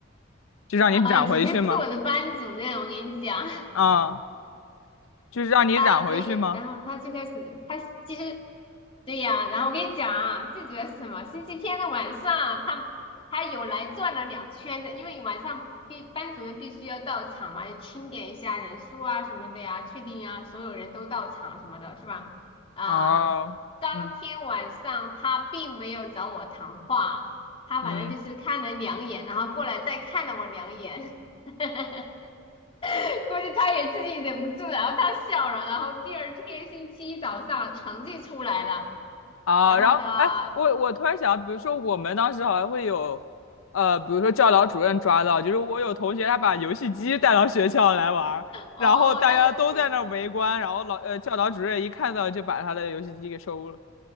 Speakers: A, on the left; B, on the left.
A: 就让你染回去吗？
B: 啊，首先是我的班主任，我跟你讲，<laughs>
A: 啊，就是让你染回去吗？
B: 啊，对，然后他最开始，他其实，对呀，然后我跟你讲啊，最主要是什么？星期天的晚上，他他有来转了两圈的，因为晚上必班主任必须要到场嘛，要清点一下人数啊什么的呀，确定啊所有人都到场什么的，是吧？啊、
A: 哦，
B: 当天晚上他并没有找我谈话，
A: 嗯
B: 他反正就是看了两眼，
A: 嗯
B: 然后过来再看了我两眼。<laughs> <laughs> 估计他也自己忍不住，然后他笑了，然后第二天星期一早上成绩出来了，
A: 啊，
B: 然后他
A: 然后哎，我我突然想到，比如说我们当时好像会有，呃，比如说教导主任抓到，就是我有同学他把游戏机带到学校来玩儿，
B: 哦那个不行，
A: 然后大家都在那儿围观，然后老呃教导主任一看到就把他的游戏机给收了。